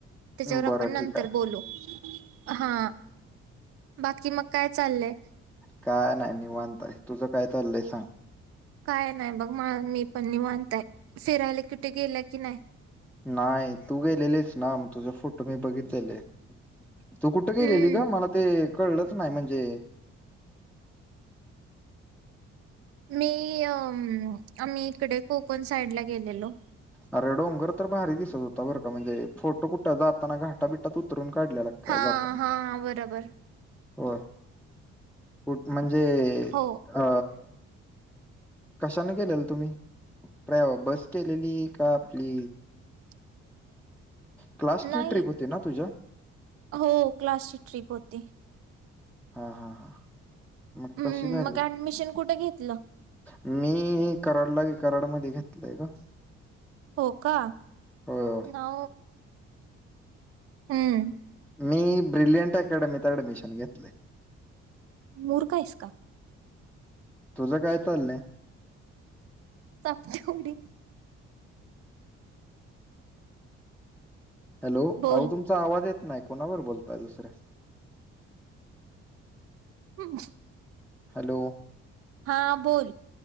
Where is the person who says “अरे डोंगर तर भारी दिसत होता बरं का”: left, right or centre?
Centre